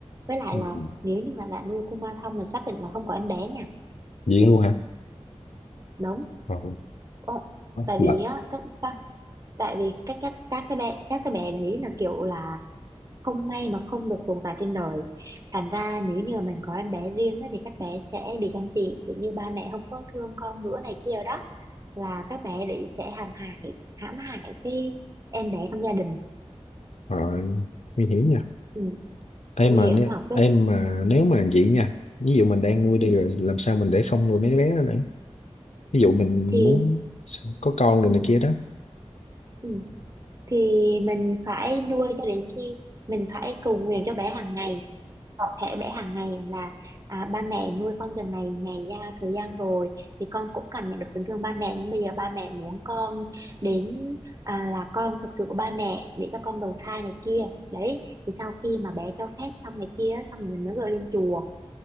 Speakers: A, on the right; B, on the left.
A: với lại
B: Ừ.
A: là nếu như mà đã nuôi Kuma thông là xác định là không có em bé nha
B: vậy luôn hả
A: đúng
B: Ồ,
A: Ờ, tại
B: là
A: vì á các các- tại vì các các các cái bé các cái bé đấy là kiểu là không may mà không được tồn tại trên đời thành ra nếu như mà mình có em bé riêng á thì các bé sẽ bị ganh tị kiểu như ba mẹ không có thương con nữa này kia đó là các bé đấy sẽ hãm hại hãm hại cái em bé trong gia đình
B: rồi nguy hiểm nha
A: Ừ.
B: em
A: nguy
B: mà
A: hiểm
B: nếu
A: thật đấy
B: em
A: chứ
B: mà nếu mà vậy nha ví dụ mình đang nuôi
A: ừ.
B: đi rồi làm sao mình để không nuôi mấy đứa bé đó nữa ví dụ mình
A: thì
B: muốn s- có con
A: ừ.
B: rồi này kia đó
A: Ừ. thì mình phải nuôi cho đến khi mình phải cầu nguyện cho bé hàng ngày có thể bé hàng ngày là à, ba mẹ nuôi con từ ngày ngày ra thời gian rồi thì con cũng cảm nhận được tình thương ba mẹ nhưng bây giờ ba mẹ muốn con đến à, là con thực sự của ba mẹ để cho con đầu thai này kia đấy thì sau khi mà bé cho phép xong này kia xong rồi mình mới gửi lên chùa